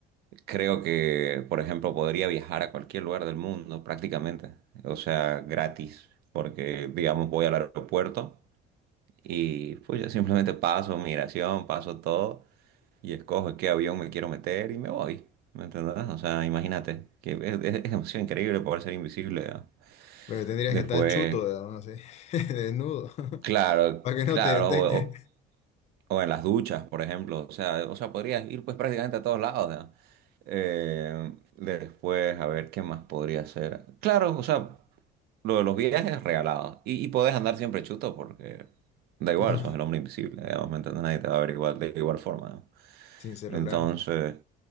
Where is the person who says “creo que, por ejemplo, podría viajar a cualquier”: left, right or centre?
Right